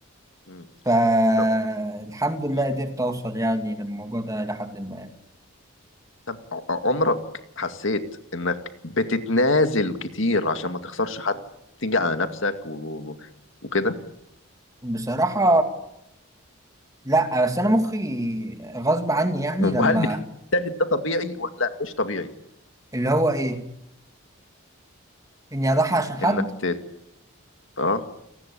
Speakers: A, on the left; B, on the right.
A: م.
B: فالحمد
A: طب
B: لله
A: م.
B: قدرت اوصل يعني للموضوع ده لحد ما
A: طب ع- عمرك حسيت انك بتتنازل كتير عشان ما تخسرش حد تيجي على نفسك و... و- وكده
B: بصراحة لا بس انا مخي غصب عني يعني لما
A: وهل بتجد ده طبيعي ولا مش طبيعي
B: اللي هو ايه اني اضحي عشان حد
A: انك ت... اه